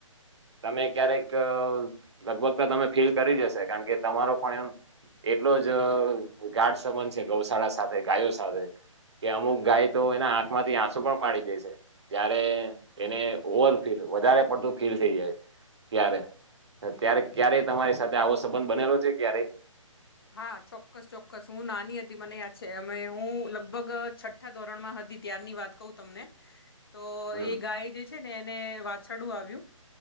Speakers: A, on the right (about 55°); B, on the left (about 45°).
A: તમે ક્યારેક લગભગ તો તમે ફીલ કરી જશે કારણ કે તમારો પણ એમ એટલો જ ગાઢ સંબંધ છે ગૌશાળા સાથે ગાયો સાથે કે અમુક ગાય તો એના આંખમાંથી આંસુ પણ પાડી દે છે. ત્યારે એને ઓવરફીલ વધારે પડતું ફીલ થઈ જાય ત્યારે ત્યારે ક્યારેય તમારી સાથે આવો સંબંધ બનેલો છે ક્યારેય
B: હા ચોક્કસ ચોક્કસ હું નાની હતી મને યાદ છે અ હું લગભગ છઠઠા ધોરણ માં હતી ત્યારની વાત કહું તમને તો
A: હમ
B: એ ગાય જે ને એને વાછડું આવ્યું